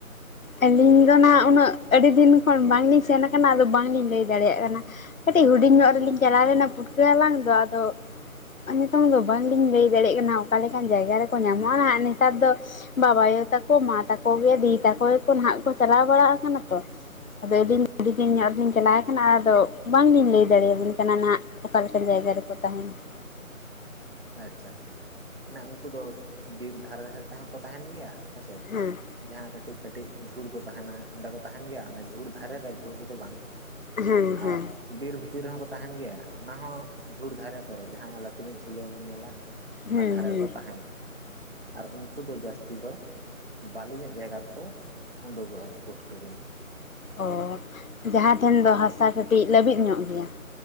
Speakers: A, on the left; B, on the right.
A: ᱟᱹᱞᱤᱧ ᱫᱚ ᱱᱟᱜ ᱩᱱᱟᱹᱜ ᱟᱹᱰᱤ ᱫᱤᱱ ᱠᱷᱚᱱ ᱵᱟᱝᱞᱤᱧ ᱥᱮᱱ ᱟᱠᱟᱱᱟ ᱟᱫᱚ ᱵᱟᱝᱞᱤᱧ ᱞᱟᱹᱭ ᱫᱟᱲᱮᱭᱟᱜ ᱠᱟᱱᱟ ᱾ ᱠᱟᱹᱴᱤᱡ ᱦᱩᱰᱤᱧ ᱧᱚᱜ ᱨᱮᱞᱤᱧ ᱪᱟᱞᱟᱣ ᱞᱮᱱᱟ ᱯᱩᱴᱠᱟᱹ ᱦᱟᱞᱟᱝ ᱫᱚ ᱟᱫᱚ ᱱᱤᱛᱚᱝ ᱫᱚ ᱵᱟᱝᱞᱤᱧ ᱞᱟᱹᱭ ᱫᱟᱲᱮᱭᱟᱜ ᱠᱟᱱᱟ ᱚᱠᱟ ᱞᱮᱠᱟᱱ ᱡᱟᱭᱜᱟ ᱨᱮᱠᱚ ᱧᱟᱢᱚᱜᱼᱟ ᱱᱮᱛᱟᱨ ᱫᱚ ᱾ ᱵᱟᱵᱟᱭᱳ ᱛᱟᱠᱚ ᱢᱟ ᱛᱟᱠᱚ ᱜᱮ ᱫᱤᱫᱤ ᱛᱟᱠᱚ ᱜᱮᱠᱚ ᱦᱟᱸᱜ ᱠᱚ ᱪᱟᱞᱟᱣ ᱵᱟᱲᱟ ᱠᱟᱱᱟ ᱛᱚ ᱾ ᱟᱫᱚ ᱟᱹᱞᱤᱧ ᱟᱹᱰᱤ ᱫᱤᱱ ᱧᱚᱜ ᱨᱮᱞᱤᱧ ᱪᱟᱞᱟᱣ ᱠᱟᱱᱟ ᱟᱫᱚ ᱵᱟᱝᱞᱤᱧ ᱞᱟᱹᱭ ᱫᱟᱲᱮᱭᱟ ᱵᱤᱱ ᱠᱟᱱᱟ ᱱᱟᱦᱟᱜ ᱾ ᱚᱠᱟ ᱞᱮᱠᱟᱱ ᱡᱟᱭᱜᱟ ᱨᱮᱠᱚ ᱛᱟᱦᱮᱱᱟ ᱾
B: ᱟᱪᱪᱷᱟ ᱟᱪᱪᱷᱟ ᱢᱟᱱᱮ ᱩᱱᱠᱩ ᱫᱚ ᱵᱤᱨ ᱫᱷᱟᱨᱮ ᱫᱷᱟᱨᱮ ᱛᱮᱦᱚᱸ ᱠᱚ ᱛᱟᱦᱮᱱ ᱜᱮᱭᱟ ᱦᱮᱸᱥᱮ ᱾
A: ᱦᱮᱸ
B: ᱡᱟᱦᱟᱸ ᱠᱟᱹᱴᱤᱡ ᱠᱟᱹᱴᱤᱡ ᱡᱷᱩᱲ ᱠᱚ ᱛᱟᱦᱮᱱᱟ ᱚᱸᱰᱮ ᱠᱚ ᱛᱟᱦᱮᱱ ᱜᱮᱭᱟ ᱚᱱᱟ ᱡᱷᱩᱲ ᱫᱷᱟᱨᱮ ᱨᱮ ᱡᱷᱩᱲ ᱨᱮᱫᱚ ᱵᱟᱝ ᱾
A: ᱦᱮᱸ ᱦᱮᱸ
B: ᱟᱨ ᱵᱤᱨ ᱵᱷᱤᱛᱤᱨ ᱨᱮᱦᱚᱸ ᱠᱚ ᱛᱟᱦᱮᱱ ᱜᱮᱭᱟ ᱚᱱᱟ ᱦᱚᱸ ᱡᱷᱩᱲ ᱫᱷᱟᱨᱮ ᱠᱚᱨᱮ ᱡᱟᱦᱟᱸ ᱞᱟᱹᱴᱩ ᱧᱚᱜ ᱡᱷᱩ ᱫᱷᱩᱲᱮᱢ ᱧᱮᱞᱟ ᱚᱱᱟ
A: ᱦᱩᱸ
B: ᱫᱷᱟᱨᱮ
A: ᱦᱩᱸ
B: ᱨᱮᱠᱚ ᱛᱟᱦᱮᱱᱟ ᱟᱨ ᱩᱱᱠᱩ ᱫᱚ ᱡᱟᱹᱥᱛᱤ ᱫᱚ ᱵᱟᱹᱞᱤ ᱧᱚᱜ ᱡᱟᱭᱜᱟ ᱨᱮᱠᱚ ᱩᱰᱠᱚᱜ-ᱟ ᱯᱩᱴᱠᱟᱹ ᱫᱚ ᱾
A: ᱚ ᱡᱟᱦᱟᱸ ᱴᱷᱮᱱ ᱫᱚ ᱦᱟᱥᱟ ᱠᱟᱹᱴᱤᱡ ᱞᱟᱹᱵᱤᱫ ᱧᱚᱜ ᱜᱮᱭᱟ ᱾